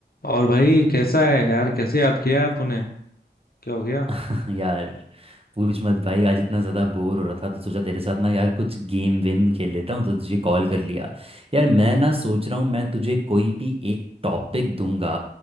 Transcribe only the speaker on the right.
<laughs> यार पूछ मत भाई आज इतना ज़्यादा बोर हो रहा था तो सोचा तेरे साथ ना यार कुछ गेम वेम खेल लेता हूँ तो तुझे कॉल कर लिया यार मैं ना सोच रहा हूँ मैं तुझे कोई भी एक टॉपिक दूंगा